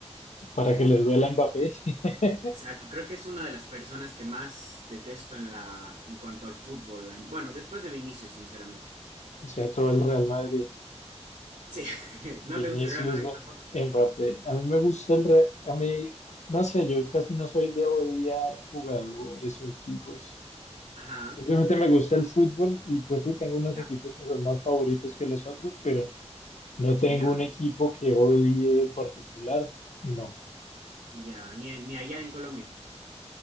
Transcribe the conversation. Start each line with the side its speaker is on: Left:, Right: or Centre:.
Left: para que le duela a Mbappé, <laughs>
Right: Exacto. Creo que es una de las personas que más detesto en la, en cuanto al fútbol. la- bueno, después de Vinicius, sinceramente.
Left: o sea, todo el Real Madrid,
Right: Sí, <laughs>
Left: Vinicius,
Right: ¿no te gusta el Real Madrid tampoco?
Left: Mbappé. A mí me gusta el Real, a mí, no sé, yo casi no soy de odiar jugadores o equipos.
Right: Ajá,
Left: Simplemente me gusta el fútbol y pues sí, tengo unos
Right: ya,
Left: equipos que son más favoritos que los otros, pero No tengo
Right: ya,
Left: un equipo que odie en particular, no.
Right: ya. Ni, ni allá en Colombia.